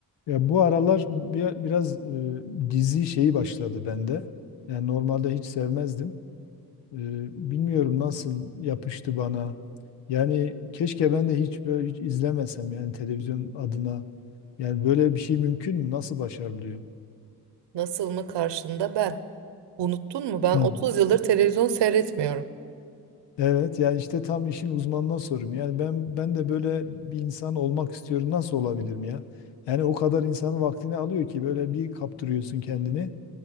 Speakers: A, on the left; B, on the right.
A: Ya bu aralar bir, biraz e, dizi şeyi başladı bende. Yani normalde hiç sevmezdim. E, bilmiyorum nasıl yapıştı bana. Yani keşke ben de hiç böyle hiç izlemesem yani televizyon adına. Yani böyle bir şey mümkün mü? Nasıl başarılıyor?
B: Nasıl mı karşında ben? Unuttun mu? Ben
A: Hı.
B: 30 yıldır televizyon seyretmiyorum.
A: Evet yani işte tam işin uzmanına sorum. Yani ben ben de böyle bir insan olmak istiyorum. Nasıl olabilirim ya? Yani o kadar insanın vaktini alıyor ki böyle bir kaptırıyorsun kendini.